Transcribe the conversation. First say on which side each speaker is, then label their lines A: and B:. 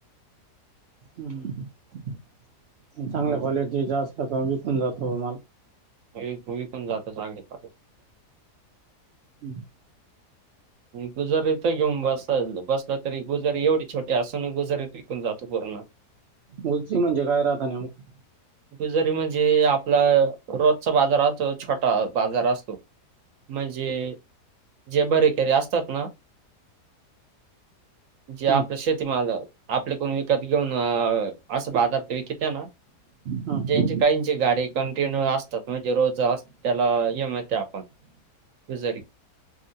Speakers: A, on the right; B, on the right.
A: हम् चांगल्या
B: हो.
A: क्वालिटीच असल का विकून जातो बा माल.
B: मग विकून जातो चांगल्या क्वालिटीचा.
A: हम्म.
B: गुजरीत घेऊन बसल बसतात. तरी गुजरी एवढी छोटी असून, गुजरीत विकून जातो पूर्ण.
A: गची म्हणजे काय राहता न्यामक
B: गुजारी म्हणजे आपला रोजचा बाजाराच छोटा बाजार असतो म्हणजे जे बरेकरे असतात ना जे
A: हं,
B: आपलं शेतीमाल आपले कोण विकत घेऊन असं बाजार ते विक त्या ना
A: हं, हं,
B: त्यांची काहींची गाडी कंटिन्यू असतात म्हणजे रोज अस त्याला येम येते आपण गुजारी